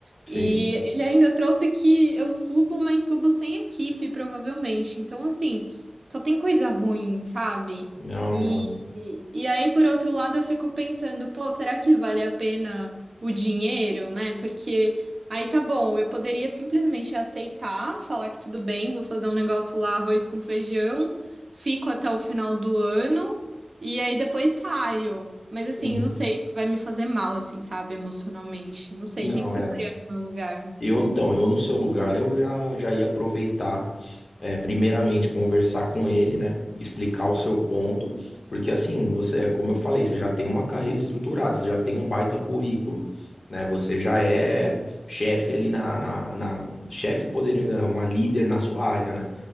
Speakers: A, on the left; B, on the right.
A: sim.
B: E ele ainda trouxe que eu subo, mas subo sem equipe, provavelmente. Então, assim, só tem coisa ruim, sabe?
A: Não,
B: E,
A: não. eu-
B: e, e aí, por outro lado, eu fico pensando, pô, será que vale a pena? o dinheiro, né? Porque aí tá bom, eu poderia simplesmente aceitar, falar que tudo bem, vou fazer um negócio lá, arroz com feijão, fico até o final do ano e aí depois saio. Mas assim,
A: uhum.
B: não sei, isso vai me fazer mal, assim, sabe, emocionalmente. Não sei,
A: Não,
B: o que que você
A: é.
B: faria no meu lugar?
A: Eu, então, eu no seu lugar, eu já, já ia aproveitar. é, primeiramente conversar com ele, né? Explicar o seu ponto, porque assim, você, é como eu falei, você já tem uma carreira estruturada, você já tem um baita currículo, né? Você já é chefe ali na, na, na- chefe poderia, né, uma líder na sua área, né?